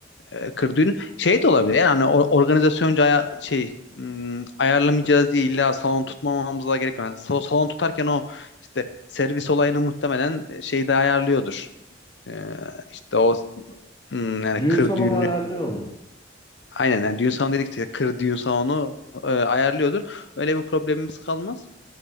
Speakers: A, on the left; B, on the left.
A: e, kırdığını şey de olabilir yani hani or- organizasyonca aya- şey hmm, ayarlamayacağız diye illa salon tutmamamıza gerek yok. Yani sal- salon tutarken o işte servis olayını muhtemelen e, şeyde ayarlıyordur. Ee, işte o hmm, yani
B: Düğün
A: kır
B: salonu
A: düğünü
B: ayarlıyor onu.
A: aynen yani düğün salonu dedik işte kır düğün salonu e, ayarlıyordur. Öyle bir problemimiz kalmaz.